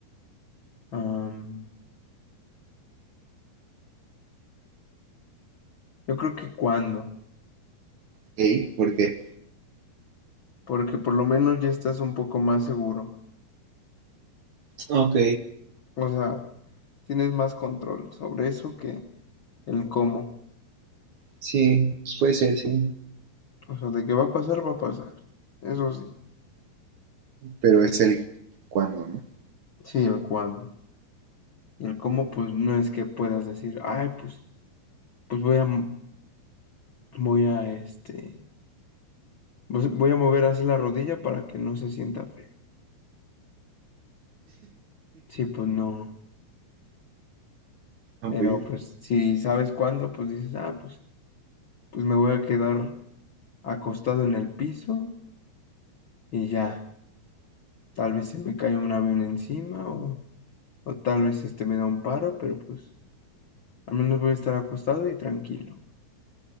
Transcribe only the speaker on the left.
Am, yo creo que cuándo,
porque por lo menos ya estás un poco más seguro.
O sea, tienes más control sobre eso que el cómo.
O sea, de que va a pasar, va a pasar. Eso sí.
Sí, el cuándo. Y el cómo, pues no es que puedas decir, ay, pues, pues voy a, voy a este Pues voy a mover así la rodilla para que no se sienta feo. Sí, pues no.
Pero
pues si sabes cuándo, pues dices, ah, pues, pues me voy a quedar acostado en el piso y ya. Tal vez se me cae un avión encima o, o tal vez este me da un paro, pero pues al menos voy a estar acostado y tranquilo.